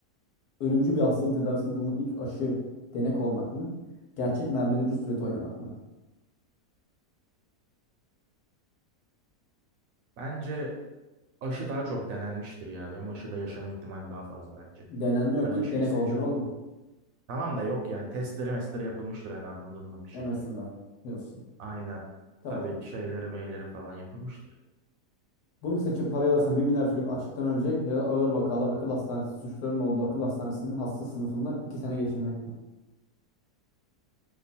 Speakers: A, on the left (about 75°); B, on the right (about 65°).
A: Ölümcül bir hastalığın tedavisinde bulunan ilk aşı denek olmak mı? Gerçek mermili Rus ruleti oynamak mı?
B: Bence aşı daha çok denenmiştir ya. Benim aşıda yaşama ihtimalim daha fazla bence.
A: Denenme yok.
B: Ben aşıyı
A: ilk denek
B: seçiyorum.
A: olacaksın oğlum.
B: Tamam da yok yani testleri mestleri yapılmıştır hani anladın mı bir şekil.
A: En azından. Diyorsun.
B: Aynen.
A: Tamam.
B: Tabii şeyleri meyleri falan yapılmıştır.
A: Bunu seçip parayı alırsan 1 milyar çocuk açlıktan ölecek ya da ağır vakalar akıl hastanesi suçlarının olduğu akıl hastanesinin hasta sınıfında 2 sene geçirmek mi?